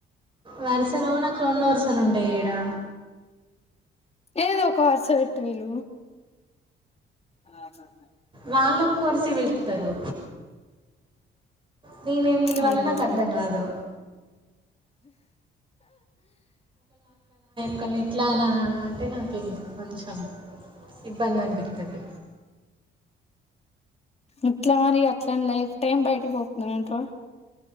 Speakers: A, on the right (about 25°); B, on the left (about 30°).
A: వరుసలో నాకు రొండు వరుసలు ఉంటాయి ఇడా
B: ఏదో ఒక వర్స పెట్టి విలువు ఆహా హ
A: వాళ్ళు ఒక్క వరుస పిలుస్తారు మేమేం పిలువల్నో
B: అయ్యో
A: నాకు అర్థం గాదు ఒకల్ని ఇట్లా అనా లంటే నాకు ఇంకా కొంచెం ఇబ్బందనిపిత్తది
B: ఎట్లా మరి అట్లన్ లైఫ్ టైమ్ బయటికి పోకుండనే ఉంటవా